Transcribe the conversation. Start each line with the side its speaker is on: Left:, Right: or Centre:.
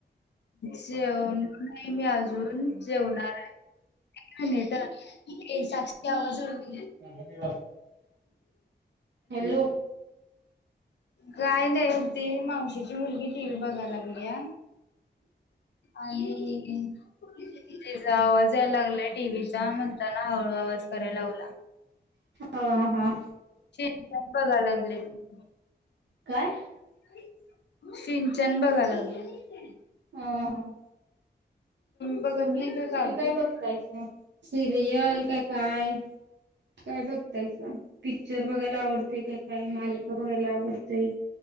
Left: जेवण नाही मी अजून जेवणारेय आणि आता <unintelligible> त्यावरजळवी
Right: <unintelligible> हॅलो
Left: काय नाय ती मावशीची मुलगी टीव्ही बघाय लागलीया आणि तेजा आवाज याय लागलाय टीव्हीचा म्हणताना हळू आवाज कराय लावला
Right: हा हा
Left: चिंन चाॅग बघाय लागली. <unintelligible>
Right: काय
Left: <inaudible> सिंचन बघाय लागलीय.
Right: हं. हा.
Left: बघत
Right: तुम्ही
Left: नाही
Right: तुम्ही
Left: का कार्टून?
Right: काय बघतायसा? सिरियल क काय? काय बघतायसा पिक्चर बघायला आवडते का काय? मालिका बघायला आवडते.